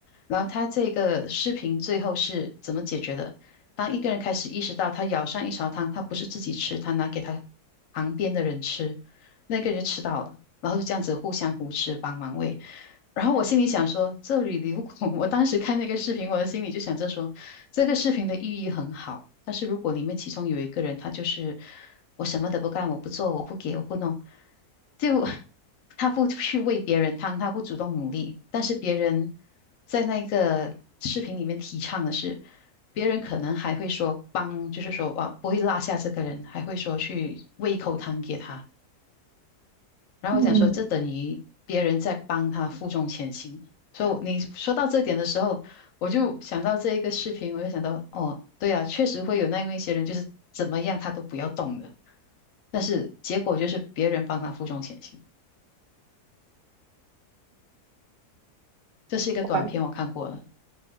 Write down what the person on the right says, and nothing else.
嗯，
好吧